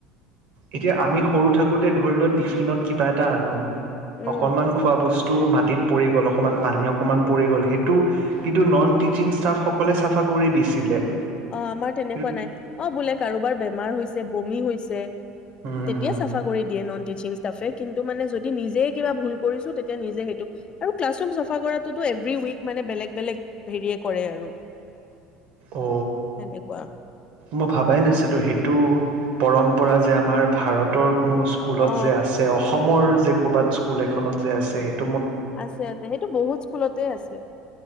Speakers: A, on the right; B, on the left.
A: এতিয়া আমি সৰু থাকো বহুতে ধৰি ল টিফিনত কিবা এটা আনো।
B: উম।
A: অকনমান খোৱা বস বস্তুবোৰ মাটিত পৰি গ'ল অকমান পানী অকমান পৰি গ'ল সেটো কিন্তু নন টিচিং সকলে চাফা কৰি দিছিলে।
B: অ আমাৰ তেনেকুৱা
A: হুম
B: নাই অ বোলে কাৰোবাৰ বেমাৰ হৈছে বমি হৈ আছে
A: হুম
B: তেতিয়া
A: হুম
B: চাফা কৰি দিয়ে নন টিচিং ষ্টাফে কিন্তু মানে যদি নিজেই কিবা ভুল কৰিছো তেতিয়া নিজে সেইটো আৰু ক্লাছ ৰূম চাফা কৰাটোত এভ্ৰি উইক মানে বেলেগ বেলেগ হেৰিয়ে কৰে আৰু।
A: অ
B: তেনেকুৱা
A: মই ভাবাই নাছিলো সেইটো পৰম্পৰা যে আমাৰ ভাৰতৰ কোনো স্কুলত
B: অ
A: যে আছে অসমৰ যে ক'ৰবাত স্কুল এখনত যে আছে সেই
B: আছে আছে সেইটো বহুত স্কুলতে আছে।